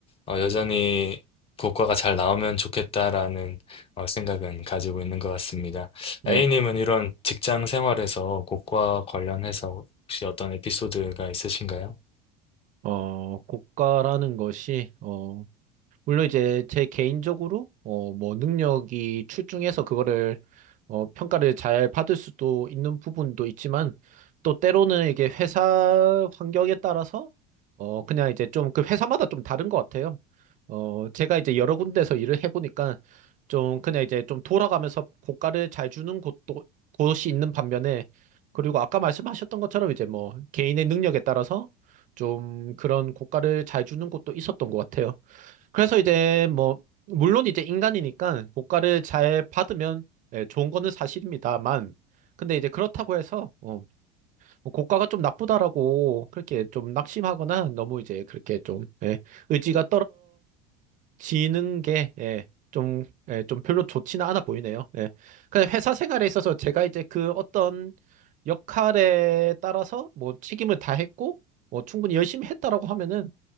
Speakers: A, on the left (about 30°); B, on the right (about 40°).
A: 어, 여전히 고과가 잘 나오면 좋겠다라는 어, 생각은 가지고 있는 것 같습니다.
B: 네.
A: A님은 이런 직장 생활에서 고과 관련해서 혹시 어떤 에피소드가 있으신가요?
B: 어, 국가라는 것이 어 물론 이제 제 개인적으로 어, 뭐 능력이 출중해서 그거를 어, 평가를 잘 받을 수도 있는 부분도 있지만 또 때로는 이게 회사 환경에 따라서 어, 그냥 이제 좀 그 회사마다 좀 다른 것 같아요. 어, 제가 이제 여러 군데서 일을 해보니까 좀 그냥 이제 좀 돌아가면서 고가를 잘 주는 곳도 곳이 있는 반면에 그리고 아까 말씀하셨던 것처럼 이제 뭐 개인의 능력에 따라서 좀 그런 고가를 잘 주는 곳도 있었던 것 같아요. 그래서 이제 뭐 물론 이제 인간이니까 고가를 잘 받으면 예, 좋은 거는 사실입니다만 근데 이제 그렇다고 해서 어, 뭐 고가가 좀 나쁘다라고 그렇게 좀 낙심하거나 너무 이제 그렇게 좀 예, 의지가 떨어지는 게 예, 좀, 예, 좀 별로 좋지는 않아 보이네요. 예. 근데 회사 생활에 있어서 제가 이제 그 어떤 역할에 따라서 뭐 책임을 다했고 뭐 충분히 열심히 했다라고 하면은